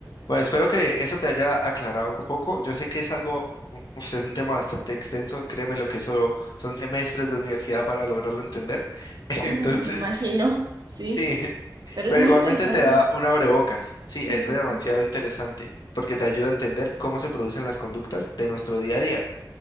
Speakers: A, on the left; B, on the right.
A: Bueno, espero que eso te haya aclarado un poco. Yo sé que es algo, uf, es un tema bastante extenso. Créeme lo que eso son semestres de universidad para lograrlo entender. <laughs> Entonces,
B: Uh, me imagino, sí.
A: sí,
B: Pero
A: pero
B: es muy
A: igualmente
B: interesante.
A: te da un abrebocas. Sí,
B: Sí,
A: es
B: sí,
A: demasiado
B: sí.
A: interesante porque te ayuda a entender cómo se producen las conductas de nuestro día a día.